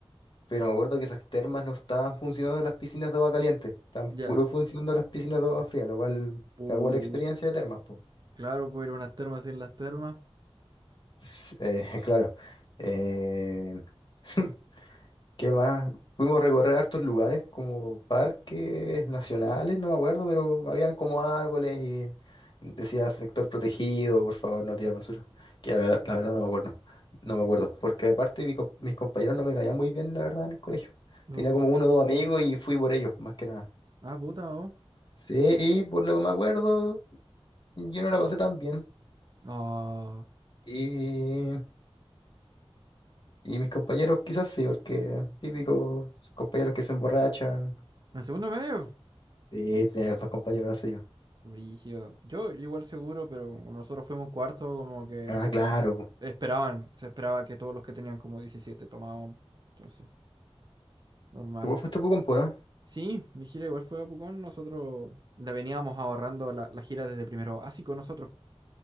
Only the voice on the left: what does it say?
pero me acuerdo que esas termas no estaban funcionando las piscinas de agua caliente, estaban puro
funcionando las piscinas de agua fría, lo cual
cagó la experiencia de termas, pues.
<laughs> claro. Eh, <laughs> ¿Qué más? Pudimos recorrer hartos lugares como parques nacionales, no me acuerdo, pero habían como árboles y decía sector protegido, por favor, no tirar basura. Que la, la verdad no me acuerdo, no me acuerdo, porque aparte mi com- mis compañeros no me caían muy bien, la verdad, en el colegio.
Tenía como uno o dos amigos y fui por ellos, más que nada.
Sí, y por lo que me acuerdo, yo no la pasé tan bien.
Y, y mis compañeros quizás sí, porque típicos compañeros que se emborrachan.
Sí, tenía hartos compañeros así
Ah, claro.
po.
Tú igual fuiste a Pucompo, ¿no?